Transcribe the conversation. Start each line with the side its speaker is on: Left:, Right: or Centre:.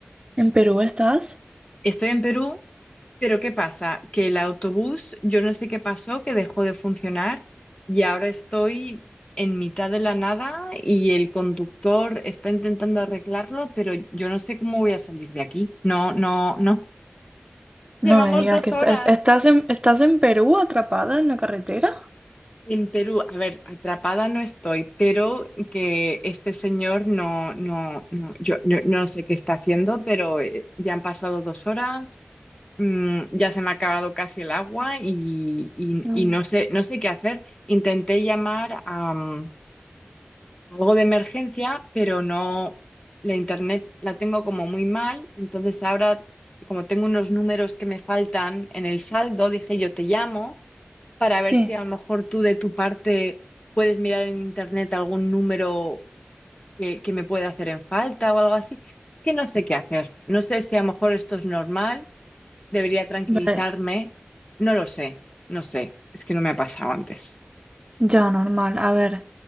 Right: ¿En Perú estás?
Left: Estoy en Perú Pero ¿qué pasa? Que el autobús, yo no sé qué pasó, que dejó de funcionar y ahora estoy en mitad de la nada y el conductor está intentando arreglarlo, pero yo no sé cómo voy a salir de aquí. No, no, no.
Right: No
Left: Llevamos
Right: me digas
Left: dos
Right: que estás,
Left: horas
Right: estás en, estás en Perú atrapada en la carretera.
Left: en Perú. A ver, atrapada no estoy, pero que este señor no, no, no, yo no, no sé qué está haciendo, pero eh, ya han pasado dos horas. mm, ya se me ha acabado casi el agua y, y-
Right: Mm.
Left: y no sé, no sé qué hacer. Intenté llamar a mm, algo de emergencia, pero no, la internet la tengo como muy mal, entonces ahora, como tengo unos números que me faltan en el saldo, dije yo te llamo para
Right: Sí,
Left: ver si a lo mejor tú de tu parte puedes mirar en internet algún número que, que me pueda hacer en falta o algo así. Que no sé qué hacer. No sé si a lo mejor esto es normal debería tranquilizarme.
Right: vale,
Left: No lo sé, no sé. Es que no me ha pasado antes.
Right: ya normal. A ver,